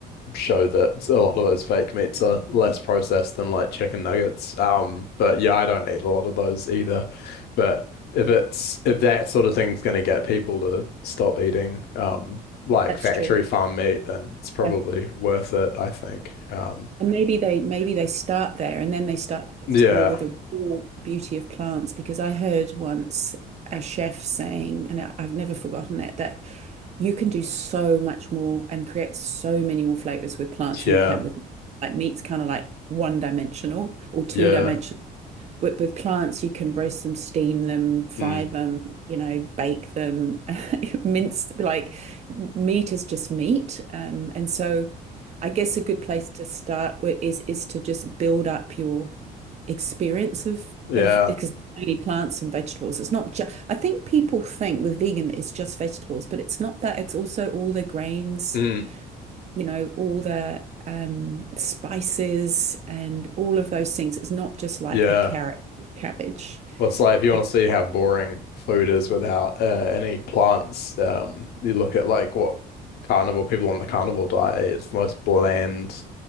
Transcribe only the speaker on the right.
That's
true.
Yeah.
And maybe they maybe they start there and then they start to explore
the real beauty of plants because I heard once a chef saying, and I- I've never forgotten it, that you can do so much more and create so many more flavors with plants than
you can with meat. like meat's kind of like one dimensional or two
dimensional. with, with plants, you can roast them, steam them, fry
them, you know, bake them, <laughs> mince, like meat is just meat. Um, and so I guess a good place to start with is is to just build up your experience of
of because it's mainly plants and vegetables. It's not just I think people think with vegan that it's just vegetables, but it's not that. It's also all the grains
you know, all the um, spices and all of those things. It's not just like
a carrot, cabbage.
And